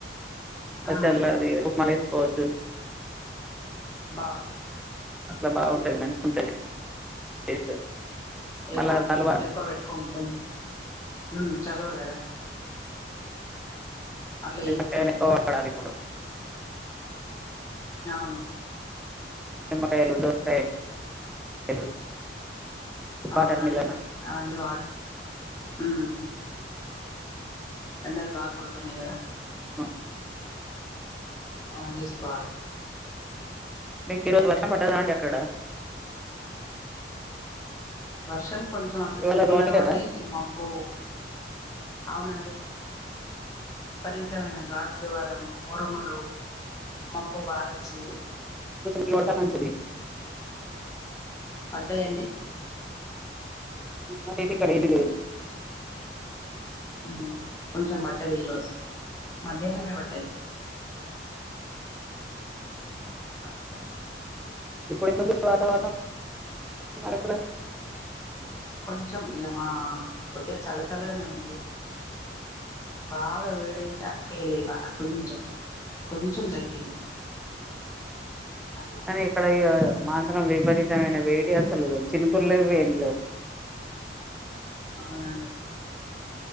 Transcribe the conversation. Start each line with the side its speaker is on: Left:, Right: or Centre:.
Centre: పచ్చల
Left: ఉమ్
Centre: ది ఉప్మా కొచ్చు
Left: బఆ
Centre: అట్లా బాగుంటది మంచి ఉంటది టేస్ట్
Left: ఎక్కు
Centre: మళ్ళా సలువ
Left: ఎక్కువ పెట్టుకో కొంచెం హ్మ్ చలువ కదా అట్లా
Centre: నిమ్మకాయలు
Left: చేసుకుంటాం
Centre: ఎక్కువ పడాలి ఇప్పుడు
Left: అవును
Centre: నిమ్మకాయలు దోసకాయలు వాటర్
Left: అవునండి
Centre: మిల్లన్
Left: అవన్నీ హ్మ్ ఎండలు బాగా కొడుతున్నాయి కదా
Centre: ఉ
Left: అవును తీసుకోవాలే
Centre: మీకు ఈ రోజు వర్షం పడ్డదా అండి అక్కడ
Left: వర్షం కొంచెం అట్ల
Centre: ఇవాళ
Left: చినుకులాగా
Centre: రోని
Left: పడ్డాయి
Centre: కదా
Left: మబ్బు అవునండి విపరీతమైన గాద్వరము ఉరుములు మబ్బు బాగాచ్చింది
Centre: లు పడతన్నాయంటివి
Left: పడ్డాయండి
Centre: హు ఐతే ఇక్కడేంది లేదు
Left: హు కొంచెం పడ్డది ఈరోజు మధ్యాహ్నమే పడ్డది అట్ల
Centre: ఇప్పుడెట్లుంది వాతావరణం ఆరకుల
Left: కుంచెం ఇయ ఆ కొద్దీగ చల్ల చల్లగానే ఉంది బాగా వేడైతే అనిపియలే ఇవాళ కొంచెం కొంచెం తగ్గింది అట్లా
Centre: అనిక్కడ ఇగ మాత్రం విపరీతమైన వేడి అసలు చినుకుళ్లు వేన్లేవు
Left: అవునండి